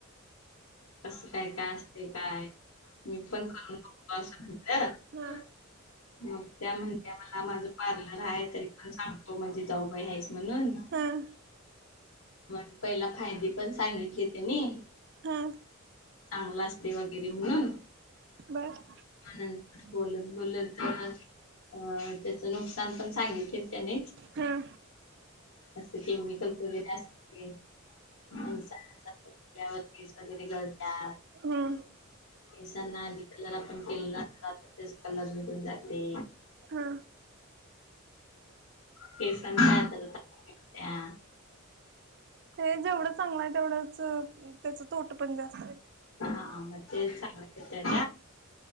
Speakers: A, on the left; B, on the right.
A: कसं काय काय असतंय काय मी पण करून बघतो असं म्हटलं
B: हा
A: मग त्या म्हणत्या मला माझं पार्लर आहे, तरी पण सांगतो माझी जाऊबाई आहेस म्हणून.
B: ह.
A: मग, पहिला फायदे पण सांगितले त्यांनी.
B: हा.
A: चांगलं असतंय वगैरे म्हणून.
B: बर.
A: नंतर बोलत बोलत जर अ त्याचे नुकसान पण सांगितलेत त्यांनी.
B: हा.
A: असं केमिकलच वगैरे अस केस <unintelligible> वगैरे सगळे गळ्यात.
B: हम्म.
A: केसांना आधी कलर आपण केलेला अस तेच कलर निघून जाते.
B: हा.
A: केसांच्या <unintelligible> त्या
B: ते जेवढं चांगलं आहे तेवढंच, त्याच तोट पण जास्त आहे.
A: हा मग तेच सांगत होत्या त्या.